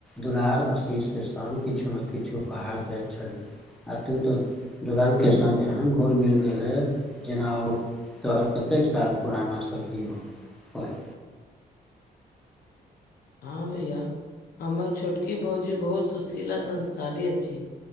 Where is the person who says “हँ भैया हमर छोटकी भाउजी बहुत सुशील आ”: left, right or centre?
Left